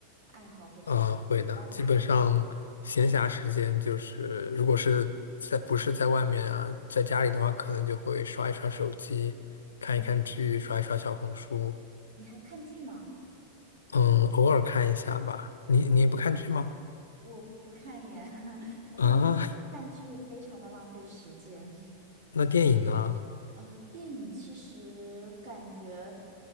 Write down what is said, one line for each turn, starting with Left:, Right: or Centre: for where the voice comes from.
Right: 爱好或者是习惯吧。
Left: 啊，会的，基本上闲暇时间就是，如果是在不是在外面啊，在家里的话，可能就会刷一刷手机，看一看剧，
Right: 嗯，
Left: 刷一刷小红书，
Right: 你还看剧呢？
Left: 嗯，偶尔看一下吧。你你不看剧吗？
Right: 我不看耶，<laughs> 我会觉得看剧非常的浪费时间。
Left: 啊，<laughs> 那电影呢？
Right: 呃，电影其实感觉